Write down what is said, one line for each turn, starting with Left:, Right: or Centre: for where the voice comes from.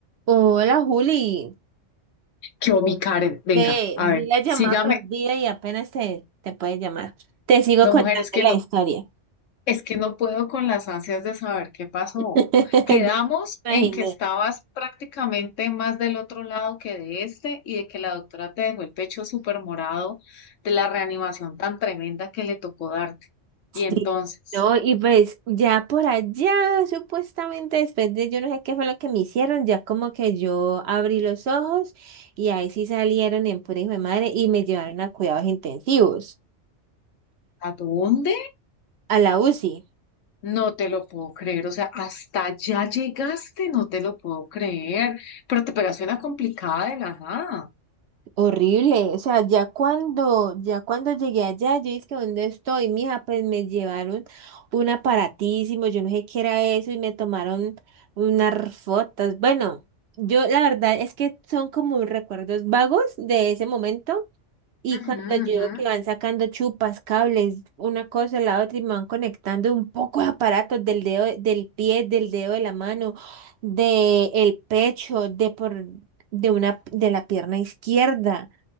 Right: Hola Juli,
Left: Yo, mi Karen, venga,
Right: ve,
Left: a
Right: vi
Left: ver,
Right: la llamada
Left: sígame.
Right: perdida y apenas te, te puedes llamar. Te sigo
Left: No,
Right: contando
Left: mujer, es que
Right: la
Left: no,
Right: historia.
Left: es que no puedo con las ansias de saber qué pasó.
Right: <laughs>
Left: Quedamos
Right: Ya
Left: en
Right: me Imaginé.
Left: que estabas prácticamente más del otro lado que de este y de que la doctora te dejó el pecho súper morado de la reanimación tan tremenda que le tocó darte. Y entonces,
Right: Sí. No, y pues ya por allá, supuestamente después de yo no sé qué fue lo que me hicieron, ya como que yo abrí los ojos y ahí sí salieron en pura hijo de madre y me llevaron a cuidados intensivos,
Left: ¿a dónde?
Right: a la UCI.
Left: No te lo puedo creer. O sea, hasta ya llegaste, no te lo puedo creer. Pero te pegaste una complicada de la nada.
Right: Horrible, o sea, ya cuando, ya cuando llegué allá, yo dije, ¿dónde estoy, mija? Pues me llevaron un aparatísimo, yo no sé qué era eso, y me tomaron unas fotos. Bueno, yo la verdad es que son como recuerdos vagos de ese momento, y
Left: Ujú,
Right: cuando yo
Left: ujú.
Right: veo que van sacando chupas, cables, una cosa, la otra, y me van conectando un poco de aparatos del dedo, del pie, del dedo de la mano, del pecho, de por de una, de la pierna izquierda.